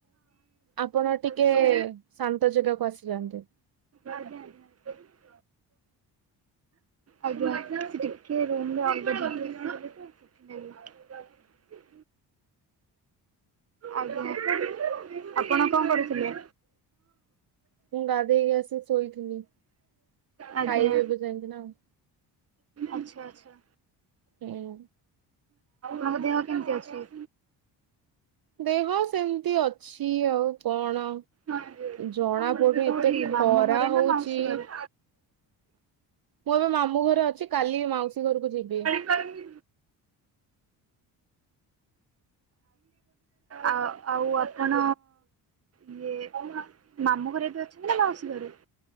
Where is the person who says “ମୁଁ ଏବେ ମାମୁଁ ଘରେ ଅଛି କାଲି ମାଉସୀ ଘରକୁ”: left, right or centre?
Right